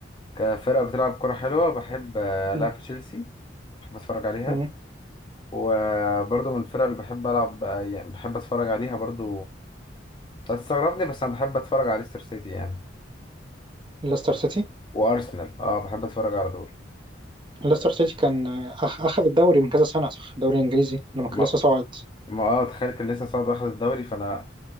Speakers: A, on the left; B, on the right.
A: كفرق بتلعب كرة حلوة بحب ألعب
B: م-
A: تشيلسي بحب أتفرج عليها
B: م.
A: وبرضه من الفرق اللي بحب ألعب آه، يعني بحب أتفرج عليها برضه هتستغربني بس أنا بحب أتفرج على ليستر سيتي يعني
B: ليستر سيتي
A: وأرسنال أه بحب أتفرج على دول
B: ليستر سيتي كان آه، أخ- أخذ الدوري من كذا سنة صح الدوري الإنجليزي لما
A: ما
B: كان لسه صاعد
A: ما أه تخيل كان لسه صاعد واخد الدوري فأنا